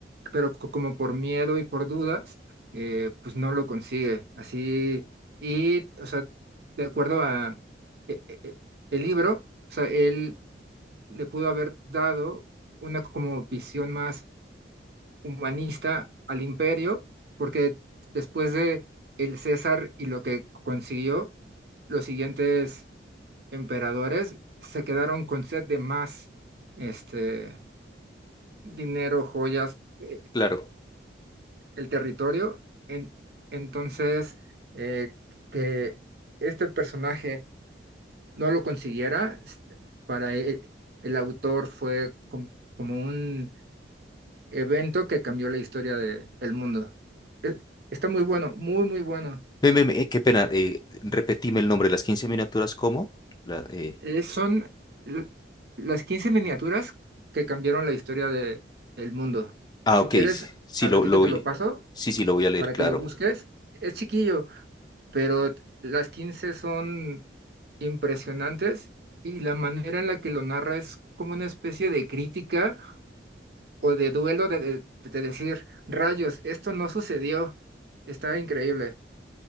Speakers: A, on the right; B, on the left.
A: pero co- como por miedo y por dudas, eh, pues no lo consigue. Así, y, o sea, de acuerdo a e- e- e- el libro, o sea, él le pudo haber dado una como visión más humanista al imperio, porque después de el César y lo que consiguió, los siguientes emperadores se quedaron con sed de más este, dinero, joyas, eh,
B: Claro.
A: el territorio. En- entonces, eh, que este personaje no lo consiguiera, s- para el, el autor fue como, como un evento que cambió la historia de- del mundo. E- Está muy bueno, muy, muy bueno.
B: Ven, ven, ven, eh, qué pena, eh, repetime el nombre, de las 15 miniaturas, ¿cómo? La, eh,
A: Eh, son l- las quince miniaturas que cambiaron la historia de, del mundo.
B: Ah,
A: Si
B: ok.
A: quieres,
B: s- Sí,
A: al
B: lo,
A: ratito
B: lo voy.
A: te lo paso
B: Sí, sí, lo voy a leer,
A: para
B: claro.
A: que lo busques. Es chiquillo, pero t- las 15 son impresionantes y la manera en la que lo narra es como una especie de crítica o de duelo de, de- de decir, rayos, esto no sucedió. Está increíble.